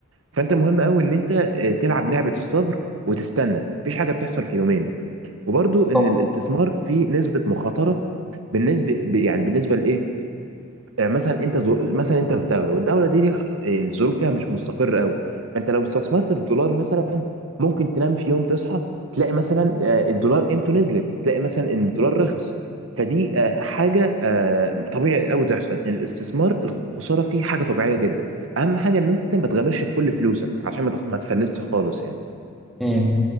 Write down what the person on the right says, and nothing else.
فانت مهم قوي ان انت آه، تلعب لعبه الصبر وتستنى مفيش حاجه بتحصل في يومين وبرضو
ان
الاستثمار فيه نسبه مخاطره بالنسبه ب- يعني بالنسبه لايه آه، مثلا انت زو... مثلا انت في دوله والدوله دي ليها- آه، الظروف فيها مش مستقره قوي فانت لو استثمرت في دولار مثلا ممكن تنام في يوم تصحى تلاقي مثلا آه، الدولار قيمته نزلت تلاقي مثلا ان الدولار رخص فدي آه، حاجه آه، طبيعي قوي تحصل الاستثمار الخساره فيه حاجه طبيعيه جدا اهم حاجه ان انت ما تغامرش بكل فلوسك عشان ما تخ- ما تفلسش خالص يعني